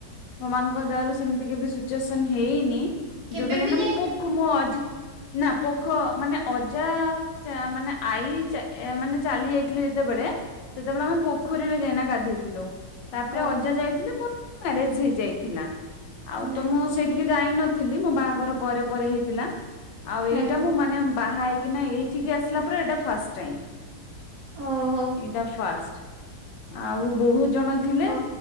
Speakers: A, on the left; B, on the right.
A: ଭଗବାନଙ୍କ ଦୟାରୁ ସେମିତି କେବେ ସିଚୁଏସନ ହେଇନି।
B: କେବେ
A: ଯୋଉଟା <inaudible>
B: ବି ଯାଇନ?
A: ନା ପୋଖ ମାନେ ଅଜା ଜା ମାନେ ଆଈ ଚା ଏୟା ମାନେ ଚାଲି ଯାଇଥିଲେ ଯେତେବେଳେ ସେତେବେଳେ ଆମେ ପୋଖରୀରେ ଯାଇନା ଗାଧେଇଥିଲୁ। ତାପରେ
B: ଓ
A: ଅଜା ଯାଇଥିଲେ ମୋର ମ୍ୟାରେଜ ହେଇଯାଇଥିଲା। ଆଉ
B: ହୁଁ
A: ତ ମୁଁ ସେଇଠିକି ଯାଇନ ଥିଲି। ମୋ ବାହାଘର ପରେ ପରେ ହେଇଥିଲା। ଆଉ
B: ହୁଁ
A: ଏଇଟା ମୁଁ ମାନେ ବାହା ହେଇ କି ନା ଏଇଠିକି ଆସିଲା ପରେ ଏଇଟା ଫାଷ୍ଟ ଟାଇମ୍।
B: ଓହୋ
A: ଏଇଟା ଫାଷ୍ଟ। ଆଉ ବହୁତ ଜଣ ଥିଲେ
B: ଓ